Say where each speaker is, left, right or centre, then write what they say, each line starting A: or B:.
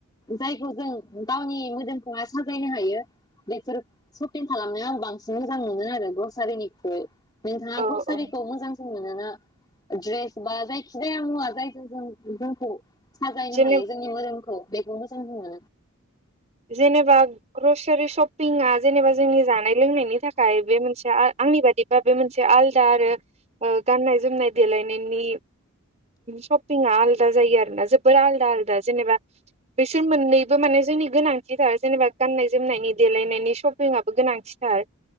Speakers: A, on the left; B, on the right.
A: जायखौ जों गावनि मोदोमखौहाय साजायनो हायो बेफोर सपिं खालामनायाव आं बांसिन मोजां मोनो आरो ग्रसारिनिख्रुइ। नोंथाङा
B: औ
A: ग्रसारिखौ
B: औ
A: मोजां मोनोना द्रेरस बा जायखि जाया मुवा जायजों जों जोंखौ साजायनो
B: जेने
A: हायो जोंनि मोदोमखौ। बेखौ मोजां बुङो।
B: जेनेबा ग्रसारि सपिंआ जेनेबा जोंनि जानाय लोंनायनि थाखाय बे मोनसे आंनि बादिबा बे मोनसे आलदा आरो ओ गाननाय जोमनाय देलायनायनि सपिंआ आलदा जायो आरो ना जोबोर आलदा आलदा जेनेबा बेसोर मोननैबो माने जोंनि थाखाय गोनांथिथार जेनेबा गाननाय जोमनायनि देलायनायनि सपिंआबो गोनांथिथार